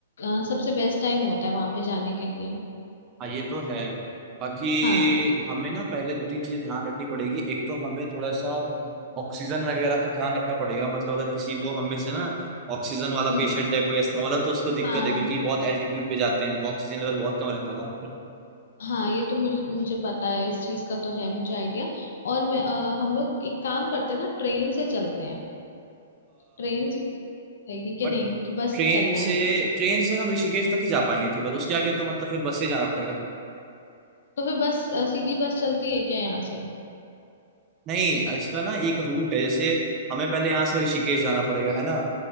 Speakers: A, on the left (about 65°); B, on the right (about 30°).
A: अ, सबसे बेस्ट टाइम होता है वहां पे जाने के लिए
B: हाँ ये तो है बाकी
A: हाँ
B: हमें ना पहले दो तीन चीजें ध्यान रखनी पड़ेगी एक तो हमें थोड़ा सा ऑक्सीजन वगैरह का ध्यान रखना पड़ेगा मतलब अगर किसी को हम में से ना ऑक्सीजन वाला
A: हम्म
B: पेशेंट है कोई अस्थमा वाला तो उसको दिक्कत
A: हाँ
B: है क्योंकि बहुत एल्टीट्यूड पे जाते हैं तो ऑक्सीजन लेवल बहुत कम रहता है वहाँ पर
A: हाँ ये तो मुझे मुझे पता है इस चीज का तो है मुझे आइडिया और मैं अ, हम लोग एक काम करते हैं ना ट्रेन से चलते हैं ट्रेन रहेगी कि
B: बट
A: नहीं कि बस
B: ट्रेन
A: चलना है
B: से ट्रेन से हम ऋषिकेश तक ही जा पाएंगे केवल उसके आगे तो मतलब फिर बस से ही जाना पड़ेगा
A: तो फिर बस अ, सीधी बस चलती है क्या यहाँ से
B: नहीं इसका ना एक रूट है जैसे हमें पहले यहाँ से ऋषिकेश जाना पड़ेगा है ना